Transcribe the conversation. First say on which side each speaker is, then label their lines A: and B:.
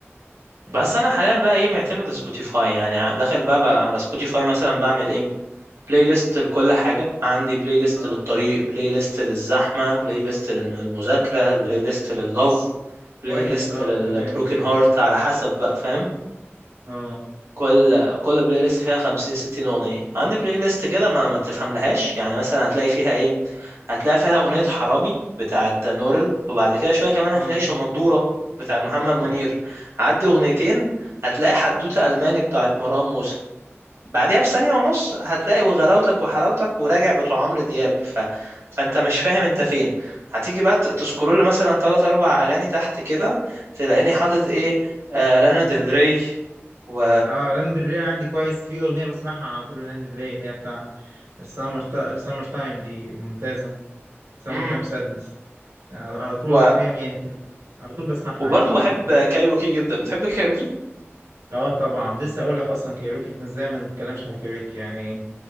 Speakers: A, on the right (about 90°); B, on the right (about 70°).
A: يعني
B: بس انا حاليا بقى ايه معتمد سبوتيفاي يعني داخل بقى, بقى على سبوتيفاي مثلا بعمل ايه بلاي ليست لكل حاجة عندي بلاي ليست
A: اه
B: للطريق بلاي ليست للزحمة بلاي ليست للمذاكرة بلاي ليست لللوف بلاي
A: كويس
B: ليست
A: اه
B: للبروكن
A: تمام
B: هارت على حسب بقى فاهم
A: اه
B: كل كل بلاي ليست فيها 50 60 اغنيه عندي بلاي ليست كده ما ما تفهملهاش يعني مثلا هتلاقي فيها ايه هتلاقي فيها اغنيه حرامي بتاعت نورل وبعد كده شويه كمان هتلاقي
A: اه
B: شمندوره بتاعت محمد منير
A: <laughs>
B: عدي اغنيتين هتلاقي حدوته الماني بتاعت مروان موسى بعدها بثانية ونص هتلاقي وغلاوتك وحلاوتك وراجع بتوع عمرو دياب ف... فانت مش فاهم انت فين هتيجي بقى ت- تسكرول مثلا تلات اربع اغاني تحت كده تلاقيني حاطط ايه آه لانا ديل ري و
A: اه لاندرليه عندي كويس في اغنيه بسمعها على طول لاندرليه اللي هي بتاع السمر تا... سمر تايم دي ممتازه سمر
B: مم.
A: تايم سادنس على على طول
B: و...
A: حرفيا يعني في... على طول بسمعها
B: وبرضه
A: يعني مش
B: بحب كايروكي جدا بتحب كايروكي
A: اه طبعا لسه اقول لك اصلا كايروكي احنا ازاي ما نتكلمش على كايروكي يعني